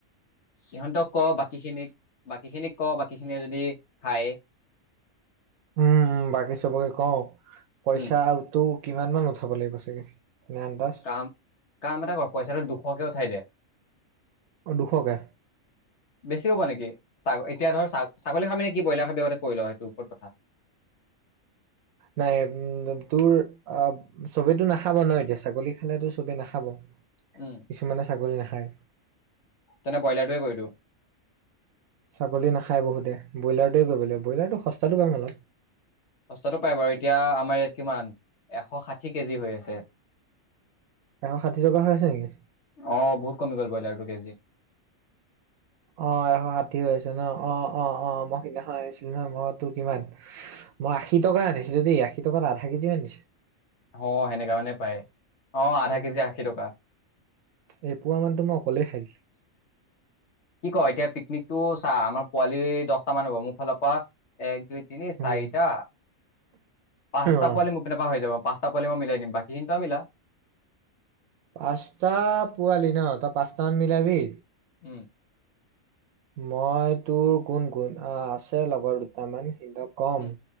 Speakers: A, on the left; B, on the right.
A: ইহঁতক ক বাকী খিনিক বাকী খিনিক ক বাকী খিনিয়ে যদি খায়
B: উম উম বাকি চবকে কওঁ পইচা
A: উম
B: তো কিমান মান উঠাব লাগিব চাগে ন আন্দাজ
A: কাম কাম এটা কৰ পইচাটো দুশকে উঠাই দে
B: অ দুশকে
A: বেছি হ'ব নেকি এতিয়া ধৰ ছাগলী খাবি নেকি ব্ৰলাৰ খাবি আগতে কৰি ল সেইটো ওপৰত কথা
B: নাই উম তোৰ অ চবেতো নাখাব ন এতিয়া ছাগলী খালেতো চবেই নাখাব
A: উম
B: কিছুমানে ছাগলী নাখায়
A: তেনে ব্ৰইলাৰটোৱে কৰি দিওঁ
B: ছাগলী নাখায় বহুতে ব্ৰইলাৰটোৱে কৰিবলৈ ব্ৰইলাৰটো সস্তাটো পাম অলপ
A: সস্তাটো পায় বাৰু এতিয়া আমাৰ ইয়াত কিমান এশ ষাঠি কেজি হৈ আছে
B: এশ ষাঠিটকা হৈ আছে নেকি
A: বহুত বহুত কমি গল ব্ৰইাৰটো কেজি
B: অ এশ ষাঠি হৈ হৈছে ন অ অ অ মই সিদিনাখন আনিছিলো নহয় মই তোৰ কিমান মই আশী টকা আনিছিলো দেই আশী টকাত আধা কেজিও আনিছো
A: অ সেনেকা মানে পায় অ আধা কেজি আশী টকা
B: এপোৱা মানটো মই অকলেই খাই দিলো
A: কি ক এতিয়া পিকনিক টো চা আমাৰ পোৱালি দহটা মান হব মোৰ ফালৰ পৰা এক দুই তিনি
B: উম
A: চাৰিটা পাঁচটা
B: অ
A: পোৱালী মোৰ পিনে পৰা হয় যাব পাঁচটা পোৱাল মিলাই দিম বাকীখিনি
B: পাঁচটা পোৱালি ন তই পাঁচটামান মিলাবি
A: ওম
B: মই তোৰ কোন কোন আছে লগৰ দুটামান সিহতক কম
A: উম,